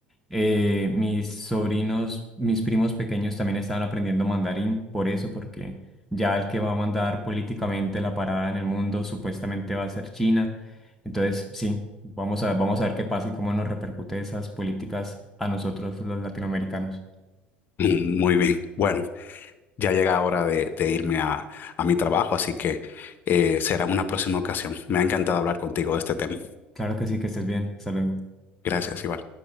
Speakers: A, in the centre; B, on the left.
A: Eh, mis sobrinos, mis primos pequeños también estaban aprendiendo mandarín, por eso, porque ya el que va a mandar políticamente la parada en el mundo supuestamente va a ser China. Entonces, sí, vamos a, vamos a ver qué pasa y cómo nos repercute esas políticas a nosotros los latinoamericanos.
B: <laughs> Muy bien. Bueno, ya llega hora de, de irme a, a mi trabajo, así que eh, será una próxima ocasión. Me ha encantado hablar contigo de este tema.
A: Claro que sí, que estés bien. Hasta luego.
B: Gracias, Iván.